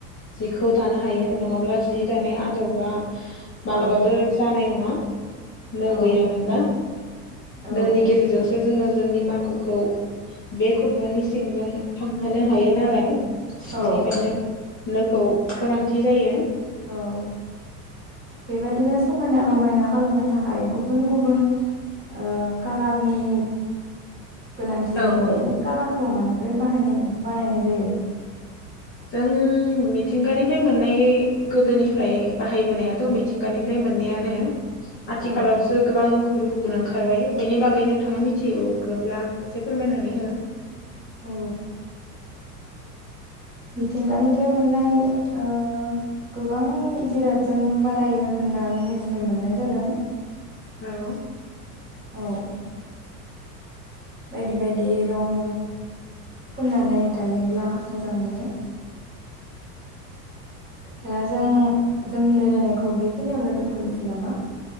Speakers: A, on the left; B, on the right.
A: जिखौ दानो हायो नङाब्ला जि दानाय आदबा मालाबाबो
B: औ
A: जानाय नङा। <inaudible> नो
B: औ
A: गैयामोनबा
B: औ
A: नोनि गेजेरजोंसो जोङो जोंनि माखुखौ बेख खुन्दुंनि सिंजों फानहोनो हायो नालाय
B: औ
A: बेनिखायनो नोखौ गोनांथि जायो।
B: औ बेबायदिनो समायना रमायना खालामनो थाखाय गुबुन गुबुन ओ कालारनि गोनांथि
A: औ
B: जायो
A: औ
B: बे कालारखौ मानिफ्राय बाहायनाय बानायनाय जायो।
A: जों मिथिंगानिफ्राय मोननाय गोदोनिफ्राय बाहायबोनायाथ' मिथिंगानिफ्राय मोननायानो। आथिखालावसो
B: औ
A: गोबां गुबुन गुबुन ओंखारबाय बेनि बागै नोंथाङा मिथियोगोब्ला? एसे फोरमायनानै हो।
B: औ मिथिंगानिफ्राय मोननाय ओ गोबां जिरादजों बानायो होनना मिथिनो मोननाय जादों।
A: औ
B: औ बायदि बायदि रं फुननानै दायोब्ला मोजां नुयो। दा जों जोंनि रायलायनायखौ बेखिनियावनो दोन्थ'नोसै नामा?